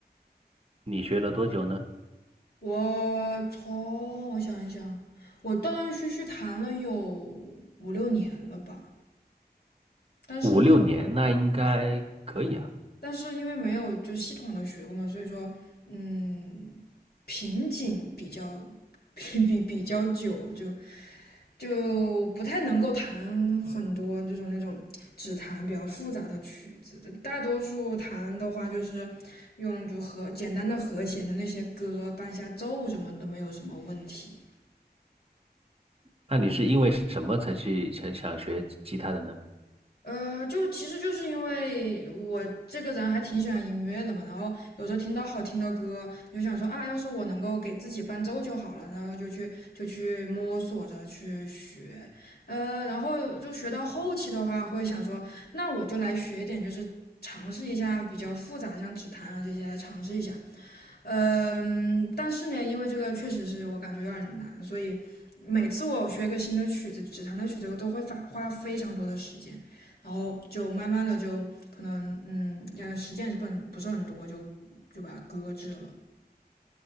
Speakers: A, on the right (about 35°); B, on the left (about 65°).
A: 你学了多久呢？
B: 我从我想一想，我断断续续弹了有五六年了吧，但是。
A: 五六年，那应该可以啊。
B: 但是因为没有就系统的学过嘛，所以说，嗯，瓶颈比较比比比较久，就就不太能够弹很多这种那种只弹比较复杂的曲子。大多数弹的话，就是用就和简单的和弦的那些歌伴一下奏什么都没有什么问题。
A: 那你是因为什么才去才想学吉他的呢？
B: 呃，就其实就是因为我这个人还挺喜欢音乐的嘛，然后有时候听到好听的歌，你就想说啊，要是我能够给自己伴奏就好了，然后就去就去摸索着去学，呃，然后就学到后期的话，会想说，那我就来学一点，就是尝试一下比较复杂的，像指弹啊这些来尝试一下。嗯，但是呢，因为这个确实是我感觉有点难，所以每次我学一个新的曲子，指弹的曲子，我都会发花非常多的时间，然后就慢慢的就可能嗯，呃，实践是不很不是很多，就就把它搁置了。